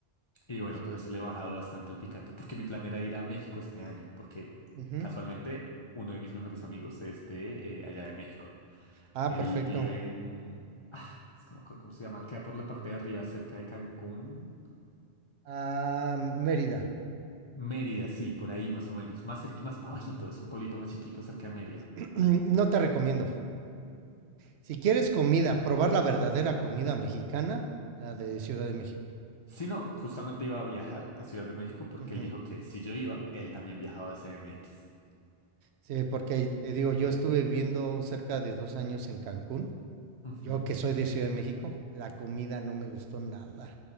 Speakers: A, on the left; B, on the right.
A: Y bueno,
B: Sí.
A: por eso le he bajado bastante el picante, porque mi plan era ir a México este año, porque
B: Ujú.
A: casualmente uno de mis mejores amigos es de eh, allá de México.
B: Ah,
A: Él
B: perfecto.
A: vive en... Ah, es que no me acuerdo cómo se llama, queda por la parte de arriba, cerca de Cancún.
B: a Mérida.
A: Mérida, sí, por ahí más o menos, más cerqui- más
B: Ujú.
A: para bajito, es un pueblito más chiquito cerca de Mérida.
B: <clears throat> No te recomiendo. Si quieres comida, probar la verdadera comida mexicana, la de Ciudad de México.
A: Si no, justamente iba a viajar a Ciudad de México porque
B: Ujú.
A: él dijo que si yo iba, él también viajaba a CDMX.
B: Sí, porque ahí te digo, yo estuve viviendo cerca de dos años en Cancún.
A: Ujú,
B: Yo que soy de Ciudad de México, la comida no me gustó nada.